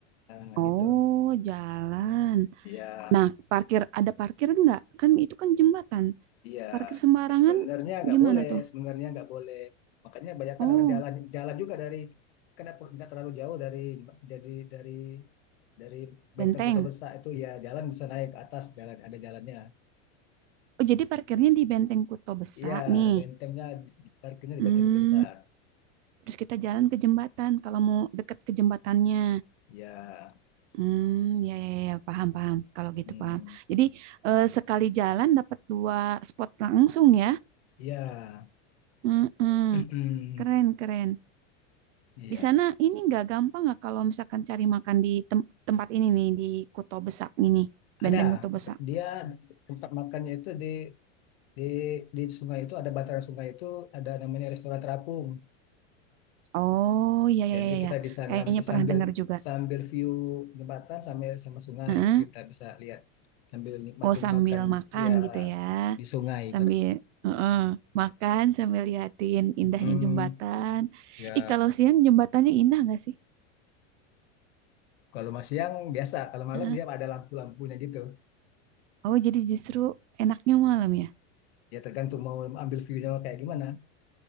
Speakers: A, on the left; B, on the right.
A: Nah,
B: Oh,
A: gitu.
B: jalan.
A: Iya.
B: Nah, parkir ada parkir nggak? Kan itu kan jembatan.
A: Iya,
B: Parkir sembarangan
A: eh, sebenarnya nggak
B: gimana
A: boleh,
B: tuh?
A: sebenarnya nggak boleh. Makanya banyak kan
B: Oh,
A: orang jalan jalan juga dari kenapa nggak terlalu jauh dari jadi dari dari Benteng
B: benteng.
A: Kota Besar itu ya jalan bisa naik ke atas jalan ada jalannya.
B: Oh, jadi parkirnya di Benteng Kuto Besar
A: Iya,
B: nih.
A: bentengnya parkirnya di
B: Hmm,
A: Benteng Kota Besar.
B: terus kita jalan ke jembatan kalau mau deket ke jembatannya.
A: Ya,
B: Hmm, ya, ya, ya, paham, paham. Kalau gitu
A: hmm,
B: paham. Jadi eh, sekali jalan dapat dua spot langsung ya.
A: ya,
B: Hmm, hmm.
A: <clears throat>
B: keren, keren.
A: iya.
B: Di sana ini nggak gampang nggak kalau misalkan cari makan di tem- tempat ini nih di Kuto Besak ini, Benteng
A: Ada
B: Kuto Besak.
A: dia tempat makannya itu di di di sungai itu ada bantaran sungai itu ada namanya restoran terapung.
B: Oh iya iya
A: Jadi
B: iya
A: kita
B: ya,
A: bisa
B: kayaknya
A: ngambil
B: pernah
A: sambil
B: dengar juga.
A: sambil view jembatan sambil sama sungai
B: Heeh.
A: gitu kita bisa lihat sambil nikmatin
B: Oh sambil
A: makan
B: makan
A: dia
B: gitu ya,
A: di sungai.
B: sambil
A: ibarat.
B: heeh, makan sambil liatin indahnya
A: Mm,
B: jembatan.
A: ya
B: Ih kalau siang jembatannya indah nggak sih?
A: kalau masih siang biasa, kalau malam
B: Heeh.
A: dia ada lampu-lampunya gitu.
B: Oh jadi justru enaknya malam ya?
A: Ya tergantung mau ambil view-nya kayak gimana.